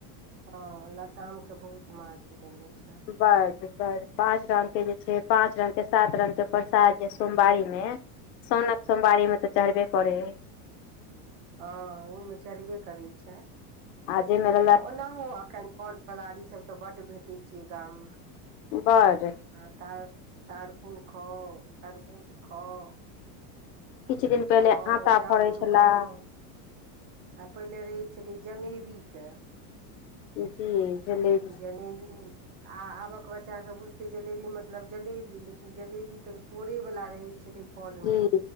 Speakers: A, on the right; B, on the left.
A: ह लताम के बहुत महत्व देने छै
B: बड बड पाँच रंग के जे छै पाँच रंग के सात रंग के प्रसाद जे सोमवारी मे साउनक सोमवारीमे तऽ चढ़बे करै हइ
A: हँ ओहिमे चरबे करै छैन
B: अ जेेनेरल
A: आ ओनाहो अखन फल फलहरी सब तऽ बड्ड भेटै छै गाम मे
B: बड
A: हँ तार तारकुन खाउ तरबूज खाउ
B: किछु दिन
A: फूटि
B: पहिले
A: खाउ
B: आटा
A: जामुन
B: फड़ै छला
A: खाउ आ पहिले रहै छलै जलेबी के
B: बुझलियै जलबी
A: जलेबी आ आबक बच्चा सब बूझि ते जलेबी मतलब जलेबी लेकिन जलेबी तऽ तोड़े वला रहै छलै फलमे
B: जी